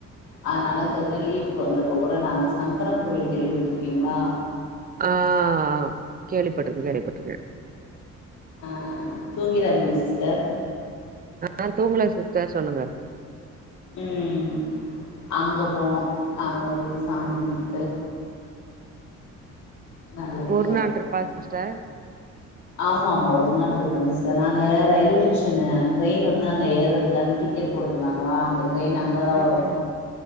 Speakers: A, on the left; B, on the right.
A: அதனால இந்தக்கிட்ட தா அம்மா வீடு லீவுக்கு வந்தப்போ கூட நாங்க சங்கரன்கோயில் கேள்விப்பட்டிருக்கீங்களா
B: ஆஹ் கேள்விப்பட்டுருங்க கேள்விப்பட்ருக்கே
A: ஆஹ் தூங்டாகிறாதிங்க சிஸ்டர்
B: ஆஹ் தூங்குல சிஸ்டர் சொல்லுங்க
A: உம் அங்க போனோம் அங்க போயி சாமி கும்பிட்டுட்டு நல்லபடியா
B: ஒரு நாள் இருப்பா
A: வந்தோ
B: சிஸ்டர்
A: ஆமா ஒரு நாள் நாங்க ரயில்வே ஒரு ஒரு நாள் சிஸ்டர் நாங்க ரயில்வே ஸ்டேஷன் டேய்ன் வந்து அங்க ஏறதுக்கான டிக்கெட் போட்டிருந்தாங்களா அ ட்ரெயின் அங்கே தான்
B: ம்
A: வரும்
B: ம்